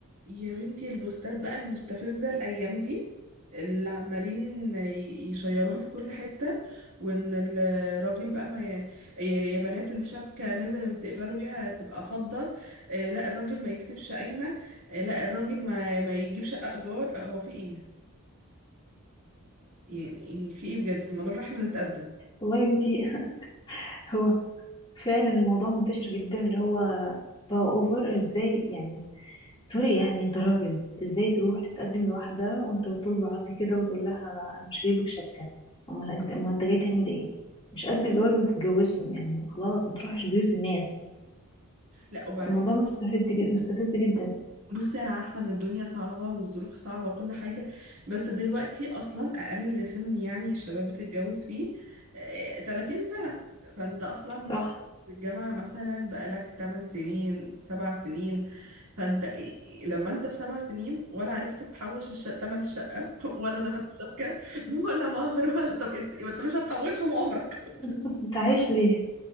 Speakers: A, on the right; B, on the left.
A: يا بنتي البوستات بقى المستفزة الأيام دي اللي عمالين ي- يشيروها في كل حتة وإن الراجل بقى ما ي... يا يا بنات الشبكة لازم تقبلوا بيها تبقى فضة آه، لا الراجل ما يكتبش قايمة آه، لا الراجل ما ما يجيب شقة إيجار آه، هو في إيه؟ يعني يعني في إيه بجد ما نروح إحنا نتقدم
B: والله يا بنتي <laughs> هو فعلا الموضوع منتشر جدا اللي هو بقى اوفر ازاي يعني سوري يعني انت راجل ازاي تروح تتقدم لواحدة وانت طول بعض كده وتقول لها انا مش جايب لك شبكة امال انت امال انت جاي تعمل ايه مش قد الجواز ما تتجوزش يعني خلاص ما تروحش بيوت الناس
A: لا وبعدين
B: الموضوع مستفز جد مستفز جدا
A: بصي انا عارفه ان الدنيا صعبه والظروف صعبه وكل حاجه بس دلوقتي اصلا اقل سن يعني الشباب بتتجوز فيه آه، 30 سنه فانت اصلا متخرج
B: صح
A: من الجامعه مثلا بقالك 8 سنين 7 سنين فانت إيه- لما انت في 7 سنين ولا عرفت تحوش الش... تمن الشقه <laughs> ولا تمن الشبكه <laughs> ولا مهر ولا طب انت انت مش هتحوشهم عمرك
B: <laughs> انت عايش ليه